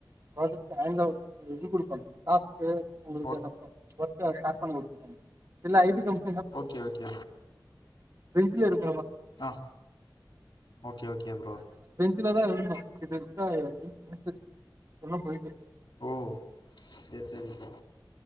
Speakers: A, on the right; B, on the left.
A: ப்ராஜெக்ட் ங்க இ கொடுப்பாங்க காப் உங்களுக்கு
B: ஓக்
A: ஒர்க ஷார் பண்ணி குடுத்துருவாங்க இல்ல ஜ டி கம்ப
B: ஓகே ஓகே
A: <unintelligible>
B: ஆ ஓகே ஓகே ப்ரோ
A: இதுலதா இருந்தோ இது இரு எல்லா போயக்கு
B: ஓ செர் செரி ப்ரோ